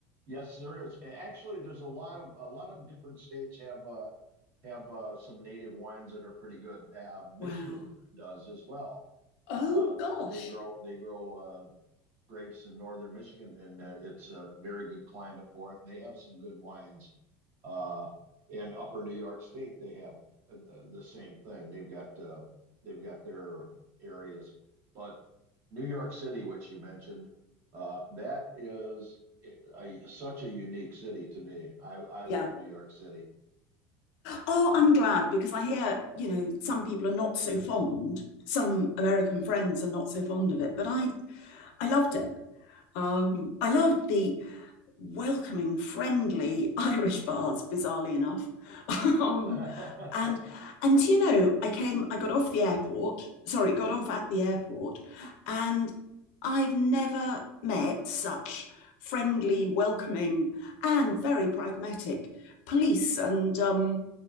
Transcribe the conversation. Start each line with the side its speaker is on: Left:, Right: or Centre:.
Right: Yes, there is. Actually, there's a lot of a lot of different states have uh, have uh, some native wines that are pretty good. Uh, Michigan
Left: Wow.
Right: does as well.
Left: Oh
Right: Uh,
Left: gosh.
Right: they grow they grow uh, grapes in northern Michigan, and uh, it's a very good climate for it. And they have some good wines. Uh, and Upper New York State, they have uh, uh, the, same thing. They've got uh, they've got their areas, but New York City, which you mentioned, uh, that is uh, a, such a unique city to me. I I
Left: Yeah.
Right: love New York City.
Left: Oh, I'm glad because I hear, you know, some people are not so fond. Some American friends are not so fond of it, but I I loved it. Um, I loved the welcoming, friendly Irish bars, bizarrely enough. <laughs> um,
Right: <laughs> yeah,
Left: and and you know, I came, I got off the airport. Sorry, got off at the airport, and I've never met such friendly, welcoming, and very pragmatic police and um,